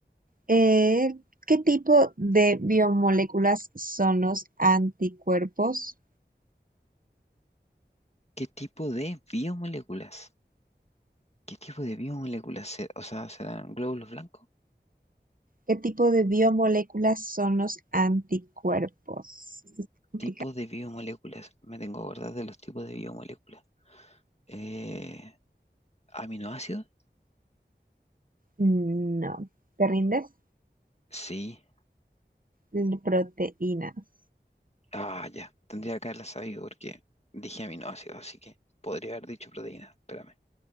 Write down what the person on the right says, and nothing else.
Eh, ¿qué tipo de biomoléculas son los anticuerpos?
¿Qué tipo de biomoléculas son los anticuerpos? Esto es complicado.
Mm, No. ¿Te rindes?
L- Proteínas.